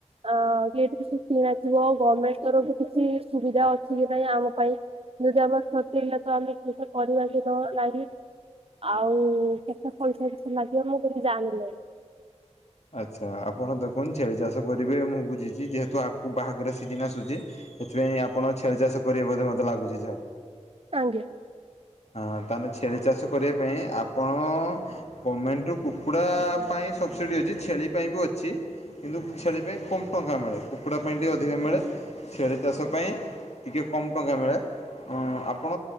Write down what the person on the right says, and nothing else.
ଅଁ କିଠ କି କିଣାଯିବ ଗମେଣ୍ଟ ତରଫରୁ କିଛି ସୁବିଧା ଅଛି କି ନାଇଁ ଆମ ପାଇଁ। ଯଦି ଆମ ଠକେଇଲା ତ ଆମେ କିଛି କରିବା କି ନାହିଁ। ଆଉ କେତେ ପଇସା ଏ ବିଷୟରେ ଲାଗିବ ମୁଁ କିନ୍ତୁ ଜାଣିନାହିଁ।
ଆଜ୍ଞା।